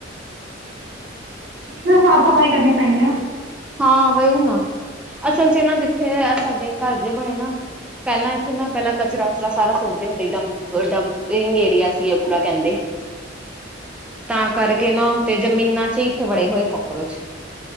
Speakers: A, on the right; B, in the centre.
A: ਸਾਫ਼ ਸਫ਼ਾਈ ਕਰਨੀ ਪੈਣੀ ਹੈ
B: ਹਾਂ ਵਹੀ ਨਾ ਅਸਲ ਚ ਨਾ ਜਿੱਥੇ ਸਾਡੇ ਘਰ ਜੇ ਬਣੇ ਨਾ ਪਹਿਲਾਂ ਇੱਥੇ ਨਾ ਪਹਿਲਾਂ ਕਚਰਾਚਰਾ ਸਾਰਾ ਸੁੱਟਦੇ ਹੁੰਦੇ ਡਪ ਡੰਪਿੰਗ ਏਰੀਆ ਸੀ ਪੂਰਾ ਕਹਿੰਦੇ ਤਾਂ ਕਰਕੇ ਨਾ ਤੇ ਜ਼ਮੀਨਾਂ ਚ ਇੱਥੇ ਵੜੇ ਹੋਏ ਕੋਕਰੋਚ